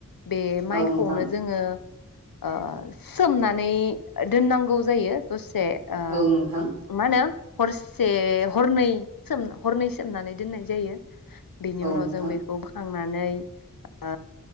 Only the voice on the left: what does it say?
बे माइखौनो
जोङो ओ सोमनानै दोननांगौ जायो द से ओ
मा होनो हरसे हरनै सो हरनै सोमनानै दोननाय जायो। बेनि
उनाव
जों बेखौ बोखांनानै ओ